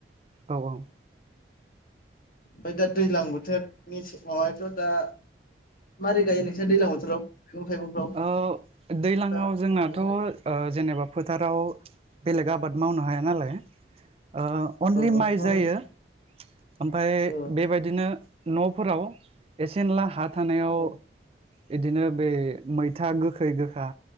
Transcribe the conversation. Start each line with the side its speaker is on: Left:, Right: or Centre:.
Right: औ औ
Left: ओमफ्राय दा दैज्लां बोथोरनि सिगाङावहायथ' दा मारै गायो नोंसोर दैज्लां बोथोराव? मैगं थाइगंफ्राव
Right: ओ दैज्लाङाव
Left: दा
Right: जोंनाथ'
Left: मैगं थाइगंफ्रा
Right: ओ जेनेबा फोथाराव बेलेग आबाद मावनो हाया नालाय। ओ अनलि
Left: औ औ
Right: माइ
Left: मा
Right: जायो
Left: बुङो
Right: ओमफाय
Left: ओ
Right: बेबायदिनो न'फोराव एसे एनला हा थानायाव
Left: ओ
Right: इदिनो बे मैथा गोखै गोखा